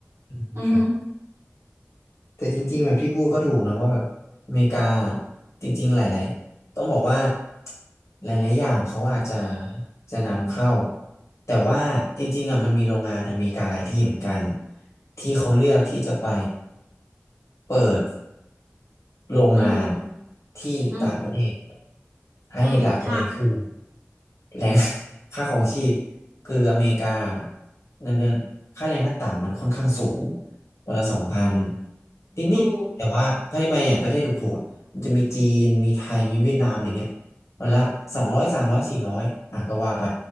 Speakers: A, on the left; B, on the right.
A: อืมครับ
B: อือฮึ
A: แต่จริงๆแบบพี่พูดก็ถูกนะว่าแบบอเมริกาจริงๆหลายๆต้องบอกว่าหลายๆอย่างเขาอาจจะจะนำเข้าแต่ว่าจริงๆอ่ะมันมีโรงงานอเมริกาหลายที่เหมือนกันที่เขาเลือกที่จะไปเปิด โรงงาน
B: อืม
A: ที่ต่างประเทศ
B: อืม
A: ให้หลักเลยคือ
B: อืมใช่
A: แรง <laughs> ค่าของชีพคืออเมริกาเงินเดือนค่าแรงขั้นต่ำมันค่อนข้างสูงวันละสองพันนิดๆแต่ว่าถ้าไปอย่างประเทศถูกๆอะมันจะมีจีนมีไทยมีเวียดนามอะไรเงี้ย
B: ถูก
A: วันละสองร้อยสามร้อยสี่ร้อยอ่ะก็ว่าไป